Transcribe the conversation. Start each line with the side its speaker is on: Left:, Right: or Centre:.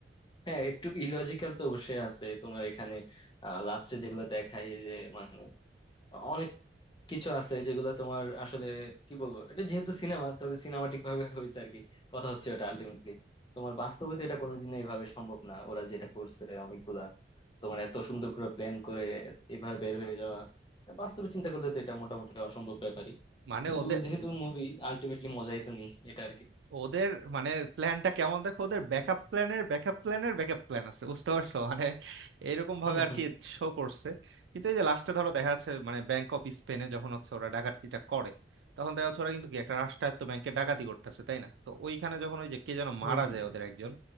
Left: হ্যাঁ একটু ইলজিক্যাল তো অবশ্যই আছে তোমার এখানে লাস্টে যেগুলো দেখায় যে মানে অনেক কিছু আছে যেগুলো তোমার আসলে কি বলবো এটা যেহেতু সিনেমা তাহলে সিনেমাটিক ভাবে হয়েছে আর কি কথা হচ্ছে ওটা আলটিমেটলি তোমার বাস্তবে তো এটা কোনোদিনও এইভাবে সম্ভব না ওরা যেটা করছে অনেকগুলা তোমার এত সুন্দর করে প্ল্যান করে এভাবে বের হয়ে যাওয়া এটা বাস্তবে চিন্তা করলে তো এটা মোটামুটি অসম্ভব ব্যাপারই
Right: মানে
Left: কিন্তু
Right: ওদের
Left: যেহেতু মুভি আলটিমেটলি মজাই তো নি এটা আর কি
Right: ওদের মানে প্ল্যানটা কেমন দেখো ওদের ব্যাকআপ প্ল্যানের ব্যাকআপ প্ল্যানের ব্যাকআপ প্ল্যান আছে বুঝতে পারছো মানে এরকম ভাবে
Left: হুম
Right: আর
Left: হুম
Right: কি শো করছে কিন্তু এই যে লাস্টে ধরো দেখা যাচ্ছে মানে ব্যাংক অফ স্পেনে যখন হচ্ছে ওরা ডাকাতিটা করে তখন দেখা যাচ্ছে ওরা কিন্তু কি একটা রাষ্ট্রায়ত্ত ব্যাংকে ডাকাতি করতেছে তাই না তো ওইখানে যখন ওই যে কে যেন
Left: হুম
Right: মারা
Left: হুম
Right: যায় ওদের একজন